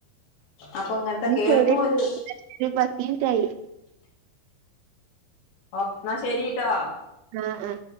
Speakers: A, on the left; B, on the right.
A: അപ്പൊ ഇങ്ങനത്തെ
B: പിന്ന
A: കേൾക്കുമ്പോ
B: ശരി
A: ഒരു
B: <unintelligible> പത്ത് മിനിട്ടായി
A: ഓ എന്നാ ശെരിട്ടോ
B: ആഹ് ആഹ്